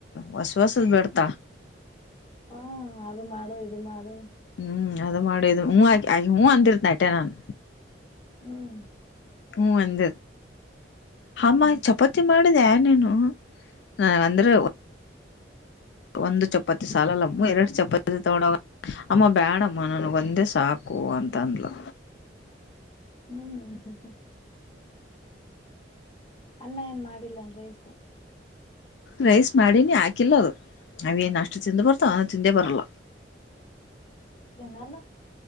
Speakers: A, on the left; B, on the left.
A: ಹೊಸವಸ ಬೆಡ್ತಾ
B: ಹಾ ಅದು ಮಾಡೋಯ್ ಮಾಡಳ
A: ಹ್ಮ್ ಅದ ಮಾಡದು ಹೂ ಹೂ ಅಂದಿರ್ತನ ಟೆ ನಾನ್
B: ಹ್ಮ್
A: ಹ್ಮ್ ಅಂದ ಹಮ್ಮ
B: ಹ್ಮ್
A: ಚಪಾತಿ ಮಾಡಿ ಮಾಡಡದ ನೀನು ನಾ
B: ಹ್ಮ್
A: ಅಂದರಾ
B: ಹ್ಮ್
A: ಒಂದು ಚಪಾತಿ ಸಾಲಲಮ್ಮ ಎರಡು ಚಪಾತಿ ತೊಗೊಂಡ ಅಮ್ಮ ಬ್ಯಾಡಮ್ಮ ನನಗೆ ಒಂದೇ ಸಾಕು ಅಂತಂದ್ಲು
B: ಹ್ಮ್ ಹಾ ಹ ಹ. ಅನ್ನ ಏನ್ ಮಾಡಿಲ್ಲನ್ ರೈಸ.
A: ರೈಸ್ ಮಾಡಿನಿ ಹಾಕಿಲ್ಲ ಅದು ನಾವೇನ್ ಅಷ್ಟು ತಿಿಂದ ಬರ್ತಾವ ಅವನು ತಿಂದೆ ಬರಲ್ಲ.
B: ತಿನ್ನಲ್ಲ